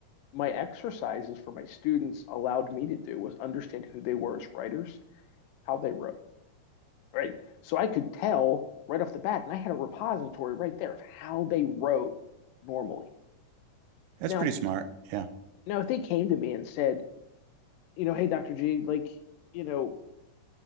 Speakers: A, on the left; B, on the right.
A: my exercises for my students allowed me to do was understand who they were as writers, how they wrote, right? So I could tell right off the bat, and I had a repository right there of how they wrote normally.
B: That's
A: Now,
B: pretty smart. Yeah.
A: now if they came to me and said, you know, hey, Dr. G, like, you know,